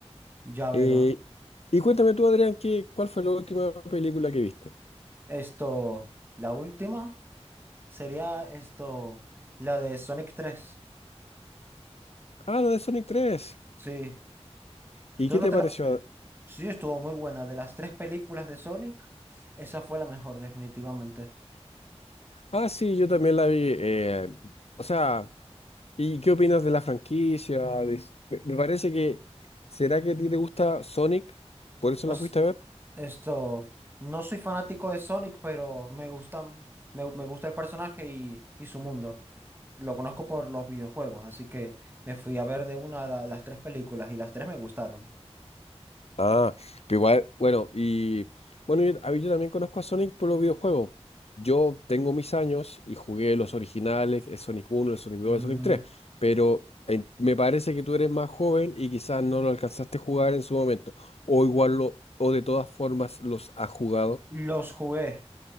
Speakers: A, on the right (about 20°); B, on the left (about 65°).
A: Ya veo.
B: Eh, y cuéntame tú, Adrián, ¿qué, cuál fue la última película que viste?
A: Esto, la última sería esto, la de Sonic tres
B: Ah, la de Sonic tres
A: Sí.
B: ¿Y
A: ¿Tú
B: qué
A: no
B: te
A: te
B: pareció?
A: la viste? Sí, estuvo muy buena. De las tres películas de Sonic, esa fue la mejor, definitivamente.
B: Ah, sí, yo también la vi. eh, o sea, ¿y qué opinas de la franquicia? De- me parece que, ¿será que a ti te gusta Sonic? ¿Por eso
A: os
B: la fuiste a ver?
A: esto, no soy fanático de Sonic, pero me gustan, me, me gusta el personaje y, y su mundo. lo conozco por los videojuegos, así que me fui a ver de una la- las tres películas y las tres me gustaron.
B: Ah, pero igual, bueno, y bueno, yo, a mí yo también conozco a Sonic por los videojuegos. Yo tengo mis años y jugué los originales, el Sonic uno, el Sonic dos,
A: Mm,
B: el Sonic 3. pero en- me parece que tú eres más joven y quizás no lo alcanzaste a jugar en su momento, o igual lo, o de todas formas los has jugado.
A: los jugué.